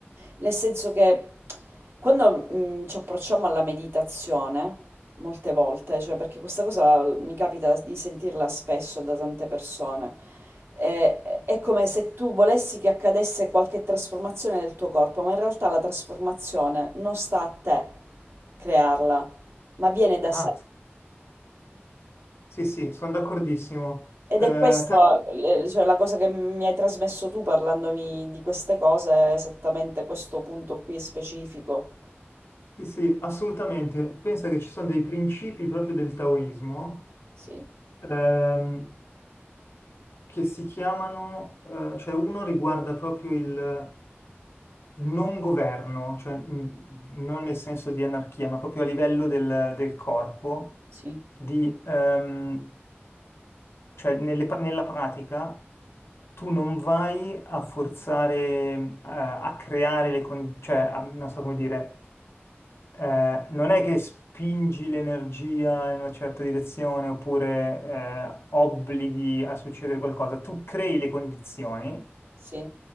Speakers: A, on the right; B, on the left.
A: Nel senso che quando mm, ci approcciamo alla meditazione, molte volte, cioè perché questa cosa la- mi capita di sentirla spesso da tante persone, eh, è come se tu volessi che accadesse qualche trasformazione nel tuo corpo, ma in realtà la trasformazione non sta a te crearla, ma viene da sé.
B: Ah, sì, sì, sono d'accordissimo.
A: Ed
B: Eh,
A: è questa, cioè, la cosa che mi hai trasmesso tu parlandomi di queste cose, è esattamente questo punto qui specifico.
B: sì, sì, assolutamente. Pensa che ci sono dei principi proprio del taoismo
A: Sì,
B: ehm, che si chiamano, eh, cioè uno riguarda proprio il non governo, cioè mh, non nel senso di anarchia, ma proprio a livello del, del corpo,
A: Sì.
B: di, ehm, cioè nelle pra- nella pratica tu non vai a forzare, eh, a creare le condizioni, cioè a- non so come dire, eh, non è che spingi l'energia in una certa direzione oppure eh, obblighi a succedere qualcosa, tu crei le condizioni
A: Sì,